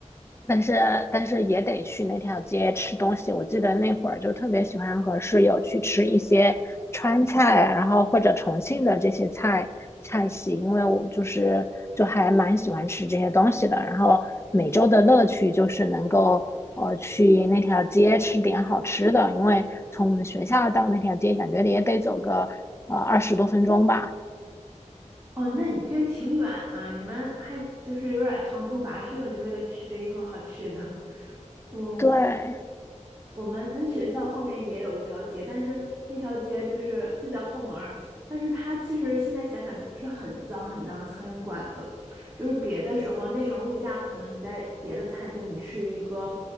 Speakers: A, on the left; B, on the right.
A: 但是但是也得去那条街吃东西。我记得那会儿就特别喜欢和室友去吃一些川菜，然后或者重庆的这些菜菜系，因为我就是就还蛮喜欢吃这些东西的。然后每周的乐趣就是能够呃去那条街吃点好吃的，因为从我们学校到那条街感觉也得走个呃二十多分钟吧。
B: 哦，那你这挺远呢，你们还就是有点长途跋涉，就为了吃这一口好吃的。我
A: 对。
B: 我们学校后面也有一条街，但是那条街就是就在后门儿，但是它其实现在想想就是很脏很脏的苍蝇馆子，就是别的时候那时候物价可能你在别的餐厅你吃一个，